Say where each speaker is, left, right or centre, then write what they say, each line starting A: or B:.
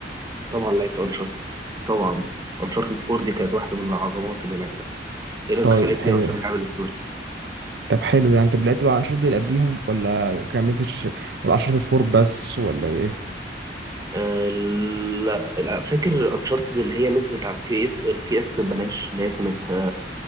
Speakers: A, on the right; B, on the right.
A: طبعا لعبت أنشارتد طبعا أنشارتد 4 دي كانت واحدة من العظمات اللي لعبتها إيه اللي
B: طيب
A: دخلتني
B: حلو
A: أصلا لعب الستوري
B: طب حلو يعني انت لعبت بقى الانشطه دي اللي قبليهم ولا كملتش ولا انشطه فور بس ولا ايه
A: أه لا لا، فاكر أنشارتد اللي هي نزلت على البي اس البي اس ببلاش اللي هي كانت